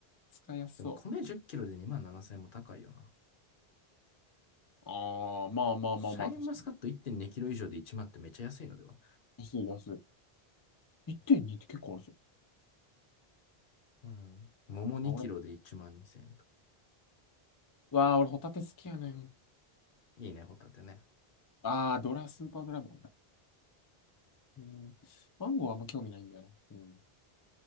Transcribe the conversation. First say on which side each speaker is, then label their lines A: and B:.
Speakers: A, on the left; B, on the left.
A: 使いやすそう。
B: でも米10キロで2万7000円も高いよな。
A: あー、まあまあまあまあ、
B: シャインマスカット1.2キロ以上で1万ってめっちゃ安いのでは
A: 確かに。安い安い。1.2ってんにって結構あるぞ。
B: うん。桃2キロで1万2000円と。
A: あ、俺、うわー、俺ホタテ好きやねん。
B: いいね、ホタテね。
A: あー、ドラ、スーパードラゴンだ。うん。マンゴーはあんま興味ないんだよな。うん。